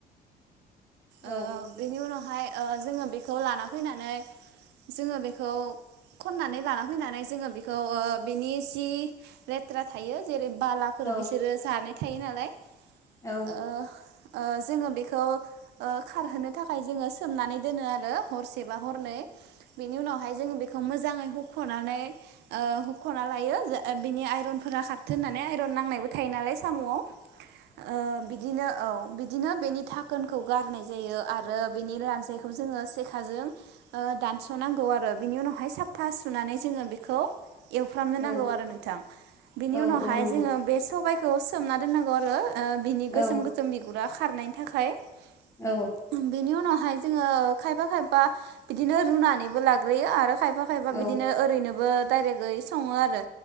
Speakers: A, on the left; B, on the right.
A: औ
B: ओ बेनि उनावहाय ओ जोंङो बेखौ लाना फैनानै जोङो बेखौ खननानै लाना फैनानै जोङो बेखौ बिनि जि लेथ्रा थायो बालाफोर
A: औ
B: बिसोरो जानाय थायो नालाय।
A: औ।
B: ओ ओ जोङो बेखौ ओ खारहोनो थाखाय जोङो सोमनानै दोनो आरो हरसेबा हरनै। बेनि उनावहाय जोङो बेखौ मो जाङै हुख'नानै ओ हुख'ना लायो ओ बिनि आइरनफोरा खारथों होननानै आइरन नांनायबो थायो नालाय साम'आव। ओ बिदिनो औ। बिदिनो बेनि थाखोनखौ गारनाय जायो आरो बेनि रानसायखौ जोंङो सेखाजों ओ दानस'नांगौ आरो बिनि उनावहाय सा फा सुनानै जोङो बेखौ एवफ्रामनो नांगौ
A: औ
B: आरो नोंथां बिनि
A: औ
B: उनावहाय
A: औ नंगौ
B: जोंङो बे सबायखौ सोमना दोनो नांगौ आरो। बिनि गोसोम
A: औ
B: गोसोमनि बिगुरा खारनायनि थाखाय। बिनि
A: औ
B: उनावहाय जोङो खायफा खायबा बिदिनो रुनानैबो लाग्रोयो आरो खाय खायफा खायफा
A: औ
B: बिदिनो ओरैनोबो डाइरेक्टयै सङो आरो